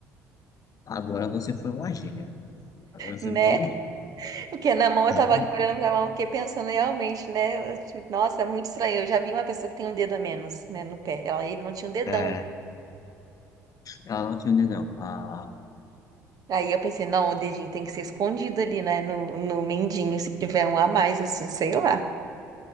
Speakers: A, on the left; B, on the right.
A: Agora você foi uma gíria. Agora você
B: né?
A: foi uma gíria.
B: Porque na mão eu
A: Realmente.
B: tava aqui olhando pra mão, fiquei pensando realmente, né? Eu, tipo, nossa, é muito estranho. Eu já vi uma pessoa que tem um dedo a menos, né, no pé. Ela, ele não tinha um dedão.
A: É, ela não te entendeu. Ah,
B: Aí eu pensei, não, o dedinho tem que ser escondido ali, né, no, no mindinho, se tiver um a mais, assim, sei lá.